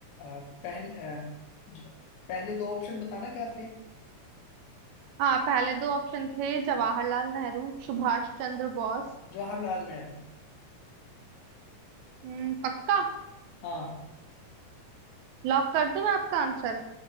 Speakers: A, on the left; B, on the right.
A: अ, पहल, अ, जो, पहले दो ऑप्शन बताना क्या थे
B: हाँ पहले दो ऑप्शन थे जवाहरलाल नेहरू सुभाष चंद्र बोस
A: जवाहरलाल नेहरू
B: हम्म, पक्का
A: हाँ
B: लॉक कर दूं मैं आपका आंसर